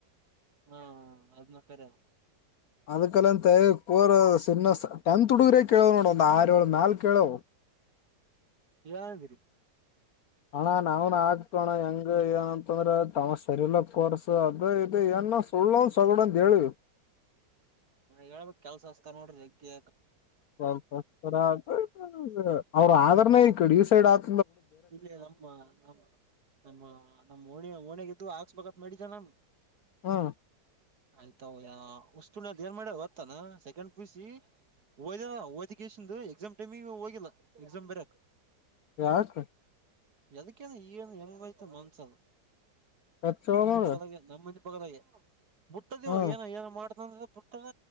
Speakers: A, on the right (about 60°); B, on the left (about 65°).
A: ಹಾ ಅದನ್ನ ಕರೆ ಆದ.
B: ಅದಕಲ್ಲಂತ ಪುರ. ಟೆಂತ್ ಹುಡುಗರೇ ಕೇಳೋವ ನೋಡ ಒಂದು ಆರ್ ಏಳ್ ಮ್ಯಾಲ್ ಕೇಳವು.
A: ಏನಂದ್ರಿ.
B: ಹಣ ನಾವನ್ ಹಾಕ್ತೀವಿ ಅಣ್ಣ ಹೆಂಗ ಏನಂತಂದ್ರ ತಮ್ಮ ಸರಿ ಇಲ್ಲ ಕೋರ್ಸ್ ಅದು ಇದು ಏನ್ ಸುಳ್ಳಂದ ಸೋಗಡೊಂದ ಹೇಳಿವಿ.
A: ಹಾ ಹೇಳ್ಬೇಕ ಕೆಲ್ಸ ಹಸ್ತಾರ್ ನೋಡ್ರಿ ಜಗ್ಯ.
B: <unintelligible> ಅವ್ರ ಆದ್ರನ ಈ ಕಡೆ ಈ ಸೈಡ್ ಆತ.
A: ಇಲ್ಲೆ ನಮ್ಮ ನಮ್ಮ ನಮ್ಮ ನಮ್ಮ ಓಣಿ ಓಣ್ಯಾಗಿದ್ದುವು ಹಾಕ್ಸ್ಬೇಕತ್ ನಡಿ <unintelligible> ನಮ್
B: ಹ್ಮ್
A: ಆಯ್ತು ಉಸ್ಣ ಏನ್ ಮಾಡ್ಯ ಹೊತ್ತನಾ? ಸೆಕೆಂಡ್ ಪಿಯುಸಿ ಓದಿಲ್ಲ ಓದಿಕೇಸಿಂದ್ ಎಕ್ಸಾಮ್ ಟೈಮಿ ಹೋಗಿಲ್ಲ ಎಕ್ಸಾಮ್ ಬರಿಯಕ್
B: ಯಾವ್
A: ಯದ್ಕೇನ್ ಈ ಮನಸ್ಸಿಗ <inaudible>
B: ಕಚ್ಚ ನೋಡ
A: ದೆ ಮುಟ್ಟದ ಇವಾಗ
B: ಹ್ಮ್
A: ಏನ ಏನೊ ಮಾಡ್ ನ ಬಿಟ್ಟದ